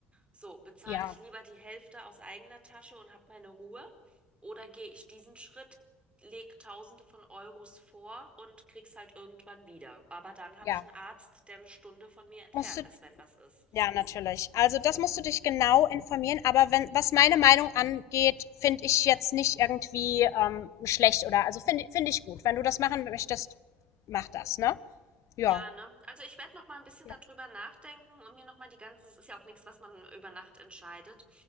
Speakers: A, on the right; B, on the left.
A: so, bezahle
B: Ja,
A: ich lieber die Hälfte aus eigener Tasche und habe meine Ruhe, oder gehe ich diesen Schritt, lege Tausende von Euros vor und krieg's halt irgendwann wieder. Aber dann habe
B: ja.
A: ich einen Arzt, der eine Stunde von mir entfernt
B: Musst du
A: ist, wenn was ist.
B: Ja, natürlich. Also, das musst du dich genau informieren, aber wenn was meine Meinung angeht, finde ich jetzt nicht irgendwie, ähm, schlecht oder also finde finde ich gut. Wenn du das machen möchtest, mach das, ne? Ja.
A: Ja, ne? Also ich werde noch mal ein bisschen
B: Ja.
A: darüber nachdenken und mir noch mal die ganze, es ist ja auch nichts, was man über Nacht entscheidet.